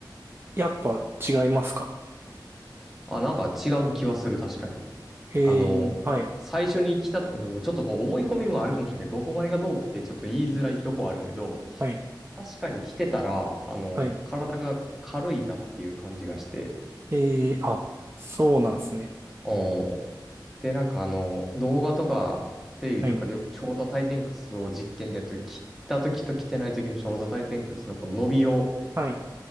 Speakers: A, on the right; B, in the centre.
A: やっぱ違いますか
B: あ、なんか違う気はする、確かに。
A: えー、
B: あの、
A: はい。
B: 最初に来た、でもちょっとこう思い込みもあるかもしれないけど、どこまでがどうってちょっと言いづらいとこはあるけど、
A: はい。
B: 確かに来てたら、あの、
A: はい。
B: 体が軽いなっていう感じがして。
A: ええあ、そうなんですね。
B: おんで、なんかあの、動画とかテレビとかでよく長座体前屈を実験でやってる、
A: はい。
B: 切った時と着てない時の長座体前屈のこの伸びを比
A: はい。